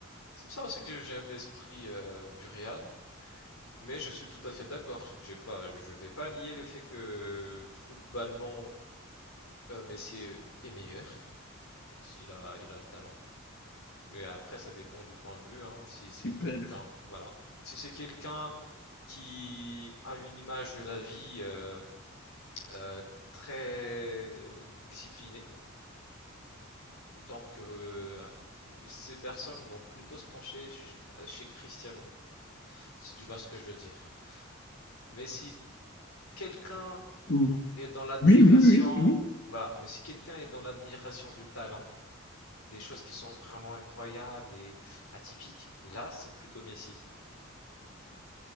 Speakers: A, on the left; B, on the left.
A: C'est ça aussi que j'aime l'esprit euh, du Real, mais je suis tout à fait d'accord. J'ai pas, je vais pas nier le fait que footballement euh, Messi est meilleur. Il a, il a le talent. Mais après, ça dépend du point de vue. Hein, si
B: Super.
A: c'est quelqu'un, voilà, si c'est quelqu'un qui a une image de la vie euh, euh, très disciplinée, donc euh, ces personnes vont plutôt se pencher ch- chez Cristiano, si tu vois ce que je veux dire. Mais si quelqu'un
B: Oui,
A: est dans l'admiration,
B: oui, oui, oui, oui.
A: voilà, mais si quelqu'un est dans l'admiration du talent, des choses qui sont vraiment incroyables et atypiques, là, c'est plutôt Messi.